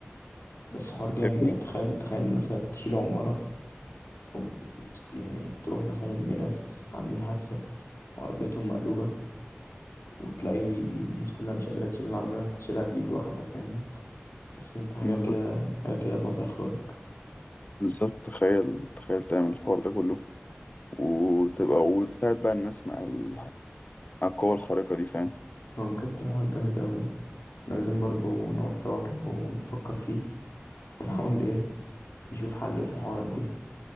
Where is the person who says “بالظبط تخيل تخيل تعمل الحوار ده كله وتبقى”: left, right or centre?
Left